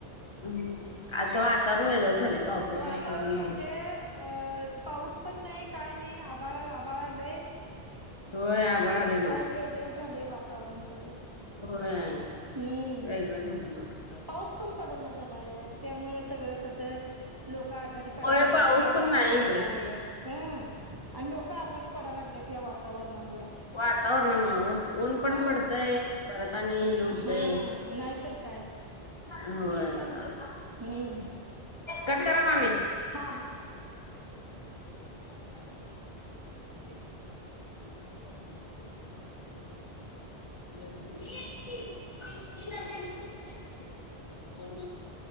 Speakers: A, on the left; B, on the right.
A: हम. आजच वातावरण वेगळंच झालंय. पावसाचं
B: वातावरण
A: झालंय.
B: म्हणजे पाऊस पण नाही. काय नाही आभाळ आभाळ आलय.
A: व्हय आभाळ आलय नव्ह.
B: वेगळंच झालंय वातावरण सगळं
A: होय.
B: हम्म
A: वेगळं <unintelligible>
B: पाऊस पण पडेना झालाय त्यामुळ सगळं कसं- लोक आजारी पडायला
A: होय
B: लागलेत
A: पाऊस
B: या वातावरणामुळ.
A: पण नाही इकडं.
B: हं. आणि लोक आजारी पडायला लागलेत या वात- -तावरणामुळं.
A: वातावरनमुळं हो. ऊन पण
B: हं
A: पडतंय- परत आणि हे होतय.
B: हं नाहीतर काय
A: होय चा -
B: हम्म.
A: कट करा मामी.
B: हा हा.
A: <unintelligible> <inaudible>